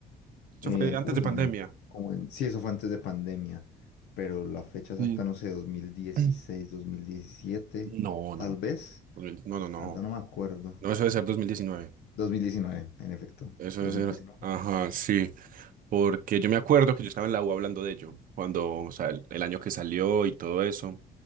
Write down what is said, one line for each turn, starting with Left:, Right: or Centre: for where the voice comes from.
Right: Eso
Left: En-
Right: fue antes
Left: uy,
Right: de pandemia.
Left: el- como en, sí, eso fue antes de pandemia, pero la fecha exacta,
Right: Sí.
Left: no sé, dos dos mil dieciséis,
Right: <clears throat>
Left: dos mil diecisiete,
Right: No,
Left: tal
Right: no, no,
Left: vez.
Right: 2000 no, no, no,
Left: La verdad no me acuerdo.
Right: no, eso debe ser 2019,
Left: 2019, en efecto.
Right: eso
Left: Dos
Right: debe ser,
Left: mil diecinueve.
Right: ajá, sí, porque yo me acuerdo que yo estaba en la U hablando de ello, cuando, o sea, el, el año que salió y todo eso,